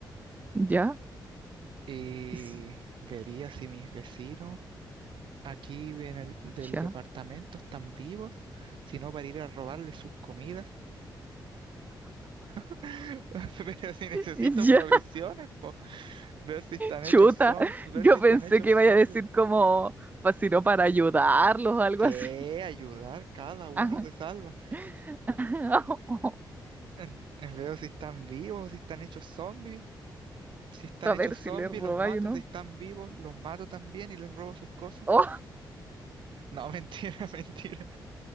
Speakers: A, on the right; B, on the right.
A: Ya,
B: Y
A: is-
B: vería si mis vecinos aquí en el del
A: ya,
B: departamento están vivos, si no para ir a robarles sus comidas. <laughs> Pero si necesito
A: <laughs> ya,
B: provisiones, Ver si están
A: chuta.
B: hechos zombies, ver
A: Yo
B: si están
A: pensé
B: hechos
A: que
B: zombies.
A: iba a decir como, pues si no para ayudarlos o algo
B: ¿Qué?
A: así. <laughs>
B: Ayudar, cada uno
A: Ajá.
B: se salva.
A: <laughs>
B: En- en- veo si están vivos, si están hechos zombies. Si están
A: A
B: hechos
A: ver
B: zombies,
A: si le roba,
B: los mato.
A: yo no.
B: Si están vivos, los mato también y les robo sus cosas.
A: Oh,
B: No, <laughs> mentira, mentira.